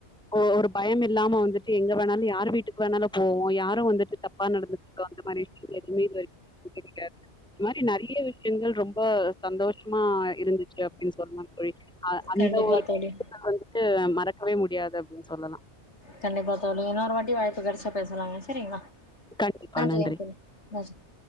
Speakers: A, in the centre; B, on the left.
A: ஒ ஒரு பயமில்லாம வந்துட்டு எங்க வேணாலு யார் வீட்டுக்கு வேணாலு போவோ யார் <unintelligible> வந்துட்டு தப்பா நடந்துக்கிட்டோ அந்தமாரி விஷ்யோ எதுமே <inaudible> கெடையாது இது மாரி நெறைய விஷ்யங்கள் ரொம்ப சந்தோஷமா இருந்துச்சு சி அப்டின் சொல்லலா தோழி அ அந்த
B: கண்டிப்பா
A: ஒரு
B: தோழி
A: விஷ்யத்த வந்துட்டு மறக்கவே முடியாது அப்டின் சொல்லலா
B: கண்டிப்பா தோழி இன்னொரு வாட்டி வாய்ப்பு கெடைச்சா பேசலாங்க சரிங்களா
A: கண்டிப்பா
B: நன்றியெங்
A: நன்றி.
B: தோழி <unintelligible>